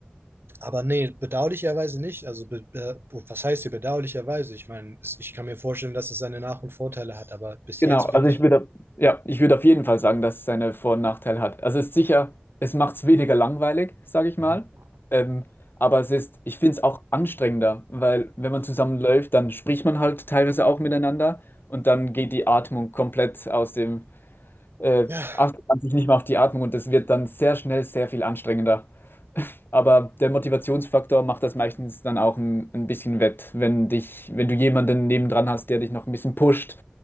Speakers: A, on the right (about 65°); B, on the left (about 60°).
A: aber nee, bedauerlicherweise nicht. Also be äh, was heißt hier bedauerlicherweise? Ich meine, es, ich kann mir vorstellen, dass es seine Nach- und Vorteile hat, aber bis
B: Genau,
A: jetzt
B: also
A: bin ich.
B: ich würde, ja, ich würde auf jeden Fall sagen, dass es seine Vor- und Nachteile hat. Also es ist sicher, es macht es weniger langweilig, sage ich
A: Mhm.
B: mal. Ähm, aber es ist, ich finde es auch anstrengender, weil wenn man zusammenläuft, dann spricht man halt teilweise auch miteinander und dann geht die Atmung komplett aus dem, äh,
A: Ja.
B: achtet man sich nicht mehr auf die Atmung und das wird dann sehr schnell sehr viel anstrengender. <laughs> Aber der Motivationsfaktor macht das meistens dann auch ein, ein bisschen wett, wenn dich, wenn du jemanden nebendran hast, der dich noch ein bisschen pusht